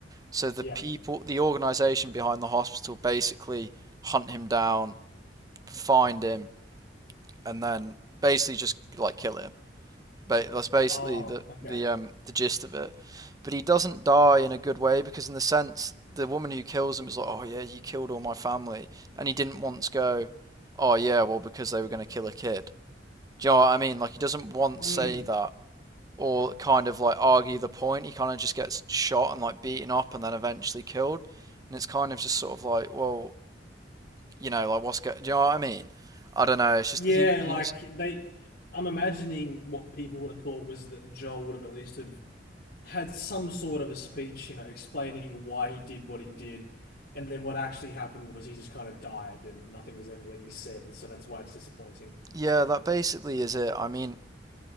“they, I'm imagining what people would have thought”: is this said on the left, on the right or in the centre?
Left